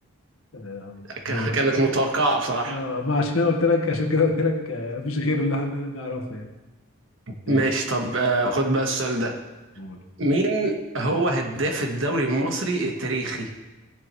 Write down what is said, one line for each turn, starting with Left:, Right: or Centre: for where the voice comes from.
Left: آه،
Right: ك-
Left: دورك
Right: كانت متوقعة بصراحة
Left: آه ما عشان كده قلت لك عشان كده قلت لك آه مفيش غيره اللي هن- نعرفه يعني ماشي
Right: ماشي طب اه خد بقى السؤال ده
Left: قول.
Right: مين هو هداف الدوري المصري التاريخي